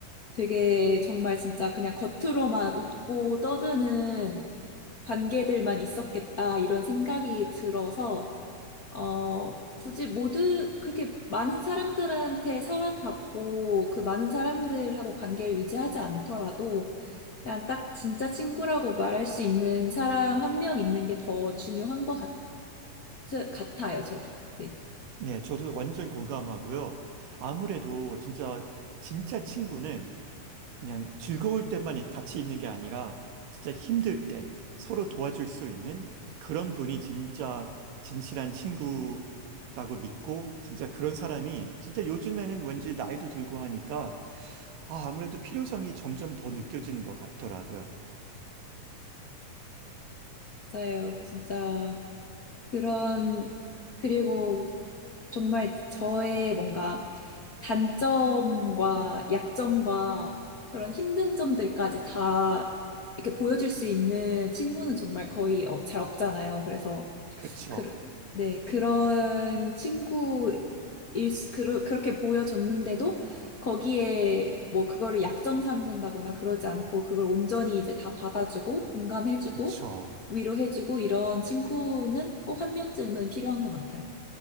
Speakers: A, on the left; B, on the right.
A: 되게 정말 진짜 그냥 겉으로만 웃고 떠드는 관계들만 있었겠다 이런 생각이 들어서 어 굳이 모두 그렇게 많은 사람들한테 사랑받고 그 많은 사람들하고 관계를 유지하지 않더라도 그냥 딱 진짜 친구라고 말할 수 있는 사람 한 명 있는 게 더 중요한 것 같아요. 저- 같아요, 저도. 네.
B: 네, 저도 완전 공감하고요. 아무래도 진짜, 진짜 친구는 그냥 즐거울 때만 이- 같이 있는 게 아니라 진짜 힘들 때 서로 도와줄 수 있는 그런 분이 진짜 진실한 친구라고 믿고 진짜 그런 사람이 진짜 요즘에는 왠지 나이도 들고 하니까 아, 아무래도 필요성이 점점 더 느껴지는 것 같더라고요.
A: 맞아요. 진짜 그런, 그리고 정말 저의 뭔가 단점과 약점과 그런 힘든 점들까지 다 이렇게 보여줄 수 있는 친구는 정말 거의 어, 잘 없잖아요. 그래서
B: 그쵸.
A: 그, 네, 그런 친구일, 수- 그러, 그렇게 보여줬는데도 거기에 뭐 그거를 약점 삼는다거나 그러지 않고 그걸 온전히 이제 다 받아주고 공감해주고
B: 그쵸.
A: 위로해주고 이런 친구는 꼭 한 명쯤은 필요한 것 같아요.